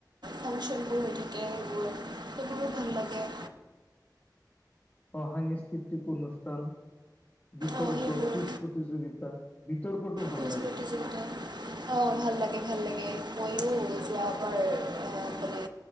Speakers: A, on the right (about 75°); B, on the left (about 30°).
A: ফংচন বোৰ হৈ থাকে সেইবোৰ সববোৰ ভাল লাগে।
B: অ সাংস্কৃতিক অনুষ্ঠান বিতৰ্ক
A: অঁ সেইবোৰ
B: কুইছ প্ৰতিযোগিতা বিতৰ্কটো ভাল
A: কুইজ
B: লাগে।
A: প্ৰতিযোগিতাত অঁ ভাল লাগে ভাল লাগে ময়ো যোৱাবাৰ আৰু